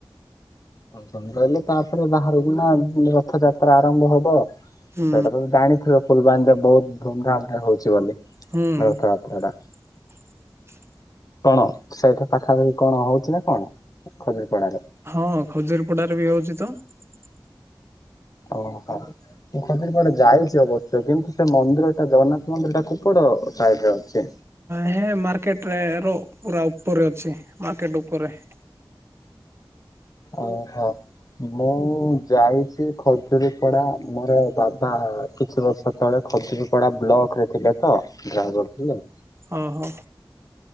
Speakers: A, on the left; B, on the right.
A: ସଞ୍ଜ ହେଲେ ତାପରେ ବାହାରକୁନା ପୁଣି ରଥଯାତ୍ରା ଆରମ୍ଭ ହବ। ସେଇଟା
B: ହୁଁ
A: ତ ଜାଣିଥିବ ଫୁଲବାଣୀରେ ବହୁତ ଧୁମଧାମରେ ହଉଛି ବୋଲି।
B: ହୁଁ
A: ରଥଯାତ୍ରା ଟା।
B: <inaudible>
A: କଣ ସେହିଠି ପାଖାପାଖି କଣ ହଉଛି ନା କଣ ଖଜୁରୀ ପଡାରେ?
B: ହଁ ଖଜୁରୀ ପଡାରେ ବି ହଉଛି ତ ହଁ।
A: ଓହୋ। ମୁଁ ଖଜୁରିପଡା ଯାଇଛି ଅବଶ୍ୟ କିନ୍ତୁ ସେ ମନ୍ଦିରଟା ଜଗନ୍ନାଥ ମନ୍ଦିର ଟା କୁପଡ ସାଇଡ ରେ ଅଛି?
B: ଏ ମାର୍କେଟ ରେ ର ପୁରା ଉପରେ ଅଛି ମାର୍କେଟ ଉପରେ। <inaudible>
A: ଓହୋ। ମୁଁ ଯାଇଛି ଖଜୁରୀ ପଡା ମୋର ବାବା କିଛି ବର୍ଷ ତଳେ ଖଜୁରୀପଡା ବ୍ଲକ ରେ ଥିଲେ ତ ଜବ ଡ୍ରାଇଭର ଥିଲେ।
B: ଓ ହୋ।